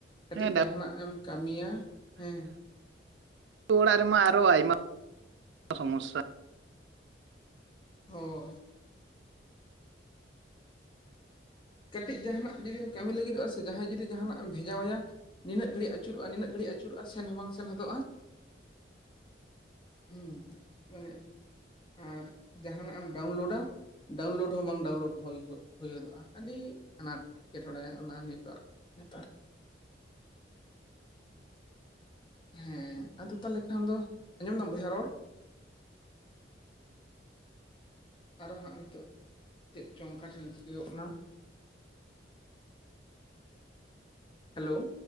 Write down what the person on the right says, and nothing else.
ᱦᱮᱸ
ᱟᱛᱳ ᱚᱲᱟᱜ ᱨᱮᱢᱟ ᱟᱨᱚ ᱟᱭᱢᱟ <unintelligible> ᱥᱚᱢᱚᱥᱥᱟᱼᱼ